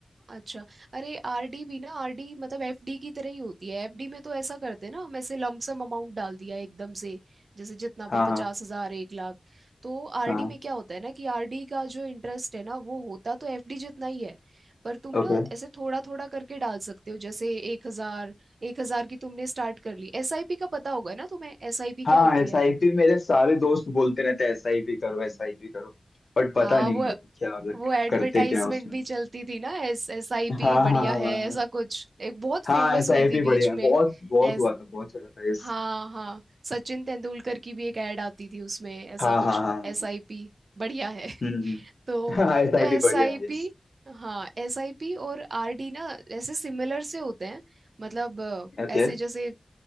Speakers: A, on the right; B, on the left.
A: अच्छा अरे आरडी भी ना आरडी मतलब एफडी की तरह ही होती है एफडी में तो ऐसा करते हैं ना हम ऐसे लमसम अमाउंट डाल दिया एकदम से जैसे जितना
B: हाँ
A: भी
B: हाँ
A: पचास हजार एक लाख तो आरडी
B: हाँ
A: में क्या होता है ना कि आरडी का जो इंटरेस्ट है ना वो होता तो एफडी जितना ही है पर तुम
B: ओके
A: ना ऐसे थोड़ा थोड़ा करके डाल सकते हो जैसे एक हजार एक हजार की तुमने स्टार्ट कर ली एसआईपी का पता होगा ना तुम्हें एसआईपी
B: हाँ
A: क्या होती
B: एस
A: है
B: आई पी मेरे सारे दोस्त बोलते रहते हैं एस आई पी करो एस आई पी करो बट पता
A: हाँ
B: नहीं
A: वो
B: क्या मतलब
A: वो एडवर्टाइजमेंट
B: करते क्या उसमें
A: भी चलती थी ना एस एस आई पी
B: हाँ
A: बढ़िया
B: हाँ हाँ
A: है
B: हाँ
A: ऐसा कुछ एक बहुत
B: हाँ
A: फेमस
B: ऐसा
A: हुई
B: आई
A: थी
B: पी बढ़िया
A: बीच
B: है
A: में
B: बहुत बहुत
A: एस
B: हुआ था बहुत चला था यस
A: हाँ हाँ सचिन तेंदुलकर की भी एक एड आती थी उसमें ऐसा
B: हाँ
A: कुछ
B: हाँ हाँ हाँ
A: एस
B: हाँ,
A: आई पी बढ़िया है
B: हम्म हम्म।
A: <laughs> तो
B: हाँ एस
A: तो
B: आई
A: एस
B: पी बढ़िया
A: आई
B: है यस
A: पी हाँ एस आई पी और आर डी ना ऐसे सिमिलर से होते हैं मतलब अ,
B: ओके
A: ऐसे जैसे